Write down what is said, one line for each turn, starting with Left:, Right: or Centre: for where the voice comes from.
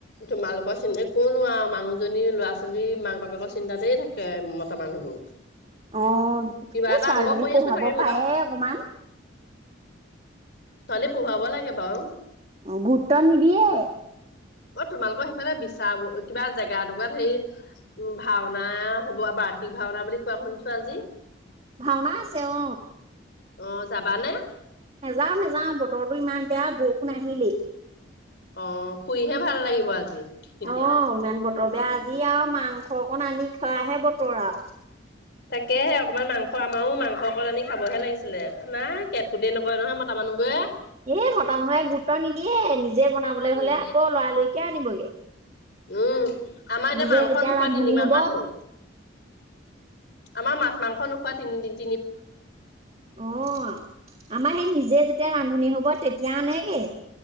Left: তোমালোক মই চিন্তা কৰিলোৱাও মানুহজনী ল'ৰা ছোৱালী মাক বাপেকৰ চিন্তাতেই থাকে মতা মানুহবোৰ
Right: অ এই
Left: কিবা এটা
Right: ছোৱালীজনীক
Left: অংগ কৰি
Right: পঢ়াব
Left: আছে চাগে কৰ'বাত
Right: পাৰে অকমান
Left: ছোৱালী পহোৱাব লাগে বাও
Right: অ গুৰুত্ব নিদিয়ে
Left: অ তোমালোকৰ সেইফালে বিচাৰ কিবা জেগা এটোকোৰাত হেই উ ভাওনা হব বাৰ্ষিক ভাওনা বুলি কোৱা শুনিছো আজি
Right: ভাওনা আছে অ
Left: অ যাবানে
Right: নেযাও নেযাও বতৰটো ইমান বেয়া বৰষুণ আহিলেই
Left: অ শুইহে ভাল লাগিব আজি তেতিয়া।
Right: অ মেন বতৰ বেয়া আ জি আও মাংস অকণ আনি খোৱাহে বতৰ আও
Left: তাকেহে অকমান মাংস আমাৰো মাংস অকণ আনি খাবহে লাগিছিলে নাই কেটকুটে নকৰে নহয় ম টা মানুহবোৰে
Right: এ মতা মহে গুৰুত্ব নিদিয়ে নি জে বনাবলৈ
Left: উম
Right: হলে আকৌ লৰালৰিকে আনিবগে
Left: উম আমাৰ এতিয়া
Right: নিজে
Left: মাংস
Right: যেতিয়া
Left: নোখোৱা
Right: ৰান্ধনি
Left: তিনিমাহ
Right: হব
Left: মান হ'ল। আমাৰ মাছ মাংস নোখোৱা তিনিদিন
Right: অ আমাৰ সেই নি নিজে যেতিয়া ৰান্ধনী হ'ব তেতিয়া আনেগে